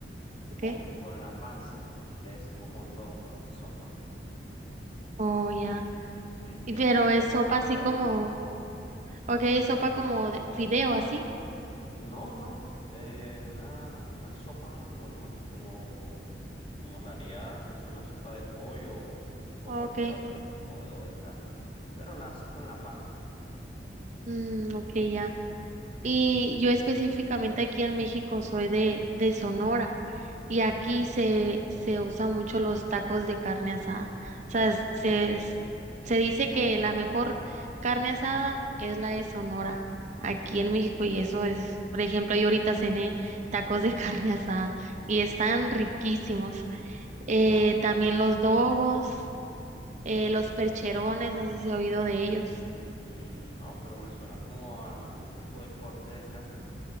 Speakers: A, on the right; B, on the left.
A: ¿ok?
B: con, con la panza y le decimos mondongo a esa sopa.
A: Oh, ya.
B: Sí,
A: Y
B: es,
A: Pero
B: es
A: es
B: bueno,
A: sopa
B: literalmente
A: así como,
B: eso.
A: ok, es sopa como de fideo así,
B: No, no, eh, una, una sopa normal, como, como la haría, no sé, una sopa de pollo o, o
A: ok,
B: cualquier otra, o de, o de carne, pero la haces con la panza.
A: mm, ok, ya. Y yo específicamente aquí en México soy de, de Sonora. Y aquí se, se usa mucho los tacos de carne asada. O sea, es- se, es- se dice que la mejor carne asada es la de Sonora, aquí en México. Y eso es, por ejemplo, yo ahorita cené tacos de <laughs> carne asada y están riquísimos. Eh, también los dogos, eh, los percherones, no sé si ha oído de ellos.
B: Mm, no, pero me suena como a algún tipo de corte de carne,